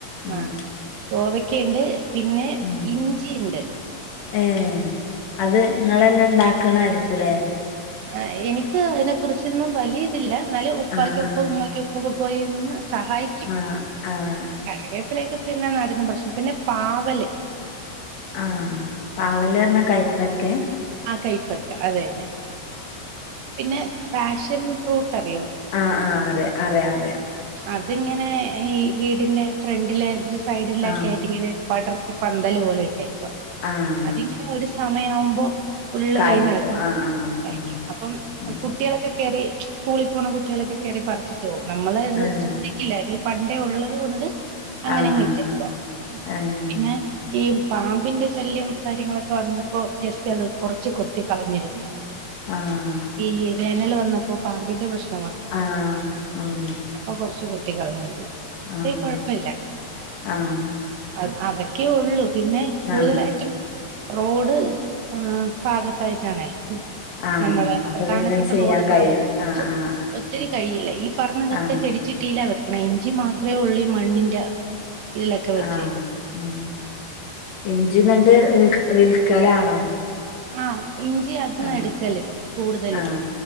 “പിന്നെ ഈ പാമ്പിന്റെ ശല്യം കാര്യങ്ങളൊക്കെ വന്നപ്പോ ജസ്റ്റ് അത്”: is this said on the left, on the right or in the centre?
Right